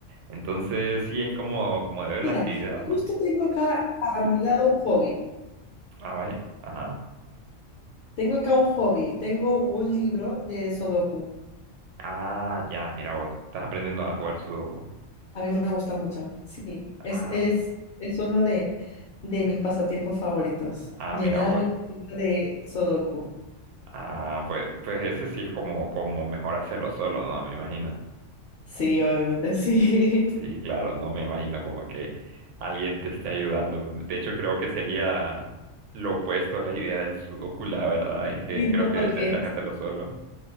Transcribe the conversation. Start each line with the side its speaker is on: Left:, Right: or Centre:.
Right: Entonces sí es como, como de ver
Left: Mira,
Right: la actividad,
Left: y
Right: ¿va?
Left: justo tengo acá a mi lado un hobby.
Right: Ah, vaya. Ajá.
Left: Tengo acá un hobby. Tengo un libro de Sudoku.
Right: Ah, ya, mira vos. Estás aprendiendo a jugar Sudoku.
Left: A mí me gusta mucho. Sí, es,
Right: Ah,
Left: es, es uno de, de mis pasatiempos favoritos.
Right: ah,
Left: Llenar
Right: mira vos.
Left: el libro de Sudoku.
Right: Ah, pues, pues ese sí es como, como mejor hacerlo solo, ¿no? Me imagino.
Left: Sí, obviamente, sí.
Right: Sí,
Left: <laughs>
Right: claro, no me imagino como que alguien te esté ayudando. De hecho, creo que sería lo opuesto a la idea del Sudoku, la verdad. Es que
Left: Sí,
Right: creo
Left: ¿no?
Right: que
Left: Porque,
Right: tendrías que hacerlo solo.